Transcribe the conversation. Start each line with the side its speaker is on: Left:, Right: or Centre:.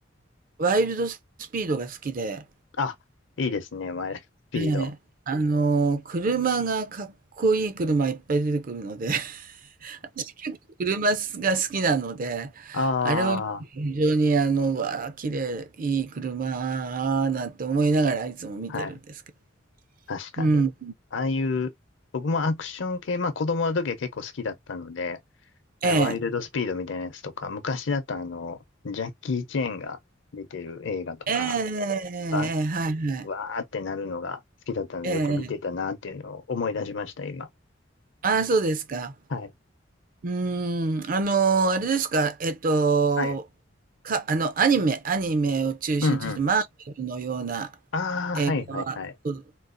Right: ワイルドスピードが好きで、
Left: あ、いいですね、マイルドスピード。
Right: ええ、あの、車がかっこいい車いっぱい出てくるので、<laughs> 私結構車が好きなので、
Left: あ
Right: あれを非常にあの、うわあ、綺麗、いい車なんて思いながらいつも見てるんですけど。
Left: あ、はい。確かに。
Right: うん。
Left: ああいう、僕もアクション系、まあ子供の時は結構好きだったので、はい、
Right: ええ。
Left: ワイルドスピードみたいなやつとか、昔だとあの、ジャッキー・チェーンが出てる映画とか、
Right: ええええええええはいはい。
Left: バわーってなるのが好きだったので、
Right: ええええ。
Left: よく見てたなっていうのを思い出しました、今。
Right: ああ、そうですか。
Left: はい。
Right: うーん、あの、あれですか、えっと、
Left: はい。
Right: か、あの、アニメ、アニメを中心として、
Left: うんうん。
Right: マーベルのような
Left: ああ、
Right: 映画はどう、
Left: はいはいはい。